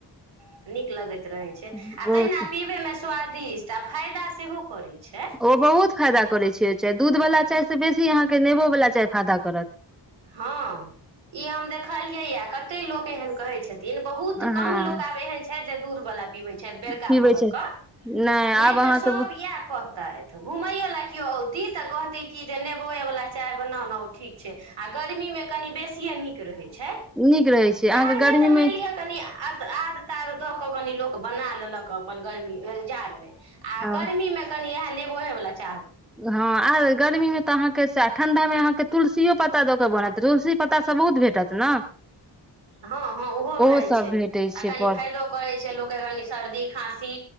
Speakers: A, on the right; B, in the centre.
A: <unintelligible> नीक लागत। <unintelligible> रहै छै आ
B: बहुत
A: तहिना पीबैमे। <unintelligible> स्वादिष्ट आ फायदा सेहो करैत छै। <unintelligible>
B: ओ बहुत फायदा करैत छै ओहि चाय दूध वला चाय से बेसी अहाँके नेबो वला चाय फायदा करत। <unintelligible>
A: हँ ई हम देखलियैए कतेक लोक एहन कहैत छै। छथिन बहुत कम
B: हँ
A: लोक आब एहन छथि। दूर वला। <unintelligible> पीबै छथि बेड़का
B: पीबै
A: पहर
B: छै
A: कऽ <unintelligible> नहि
B: आब
A: तऽ
B: अहाँके
A: सब इएह कह। तऽ घुमयो ला केियो औती तऽ कहती की जे नेबोए वालला चाय बना न ठीक छै। आ गर्मी मे कनि बेसी। ीक रहै छै।
B: नीक रहै छै
A: <unintelligible> म। <unintelligible>
B: अहाँके गर्मी मे
A: आद ताद द क कनि लोक बना लेलक अपन गर्मी जाड़ मे। आ
B: हँ
A: गर्मी मे कनि इएह। नेबो‌हैवला छै।
B: हँ आर गर्मीमे। <unintelligible> तहाँके। <unintelligible> ठंडा मे अहांके तुलसियो पता दक। बनत तुलसी पत्तास सब बहुत भेटत ने। <unintelligible>
A: हँ -हँ ओहो रहैत
B: सब
A: छै
B: भेटै छै
A: आ कनि
B: पर
A: फायदो करैत छै लोकके कनी सर्दी खाँसी